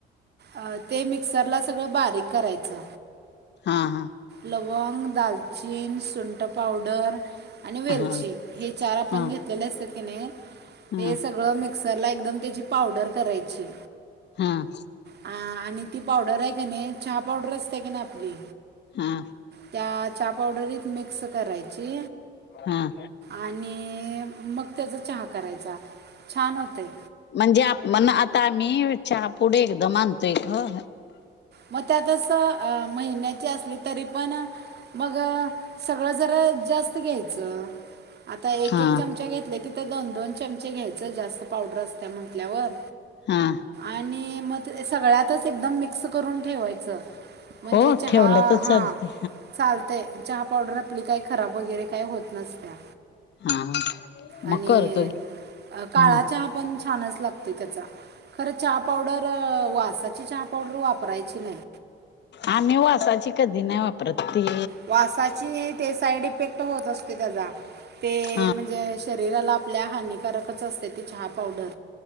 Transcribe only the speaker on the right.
अं ते मिक्सरलां सगळं बारीक करायचं.
लवंग दालचचीन सुंट पावडरं. आणि वेलची
हे चार आपणं
घेतलेले असतांत त्यांने
हे सगळं मिक्. मिक्सर लां एकदंम त्यांची पावडर करायची.
हां आणि ती पावडर आहे कां नाहीं चहा पावडर असते नां आपली.
त्यां चहा पावडरीत मिक्सं करायची.
आणि मंग त्यांचा चहा करायचां छान होते.
मंग त्यांतसं महिन्याची असली तरी पणं मंग. सगळं जरां जास्तं घ्यायचं आंता एक
एक चमचा घेतं. तिथं दोन दोन चमचे घ्यायचं जास्तं पावडर असतं. त्या म्हटल्यावर
आणि मग सगळ्यातच एकदम मिक्स करून ठेवायच म्हणजे
चहा
हा. चालतंय चहा पावडर आपली काही खराब वगैरे काय होत नसत्या.
आणि
अ काळा
चहा पण छानच लागतोय त्याचा खर चहा पावडर वासाची चहा पावडर वाप परायची नाही.
वासाची ते साईड इफेक्ट होत असतोय त्याचा ते
म्हणजे शरीराला आपल्या हानिकारकच असते ती चहा पावडर.